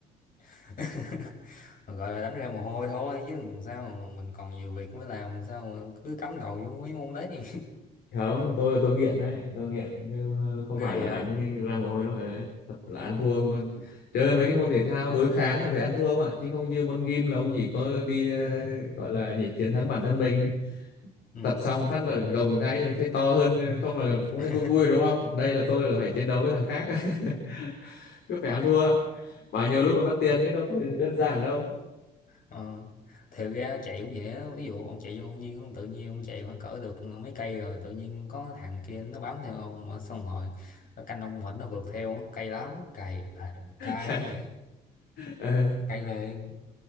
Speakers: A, on the left (about 50°); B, on the left (about 65°).
A: <laughs> gọi là đánh ra mồ hôi thôi chứ sao mình còn nhiều việc mới làm sao mà cứ cắm đầu vô mấy môn đấy
B: không tôi tôi nghiện đấy tôi nghiện chứ không
A: ghê
B: phải là đánh
A: hả
B: ra mồ hôi đâu Ờ, thật là ăn thua mà. chơi mấy cái môn thể thao đối kháng là phải ăn thua không ạ chứ không như môn gym là ông chỉ có đi ờ, gọi là gì chiến thắng bản thân mình
A: ừ
B: tập xong phát là gồng cái thấy to hơn không là cũng
A: <laughs>
B: thấy vui vui đúng không đây là tôi là phải chiến đấu với thằng khác <laughs> cứ phải ăn thua bao nhiêu lúc còn mất tiền chứ đâu có đơn giản đâu
A: ờ. thiệt ra chạy cũng vậy á ví dụ ông chạy vô công viên ông tự nhiên ông chạy khoảng cỡ được mấy cây rồi tự nhiên có thằng kia nó bám theo ông mà xong rồi nó canh ông mệt nó vượt theo á. cay lắm cay là
B: <laughs>
A: cay
B: chạy ờ
A: cay lên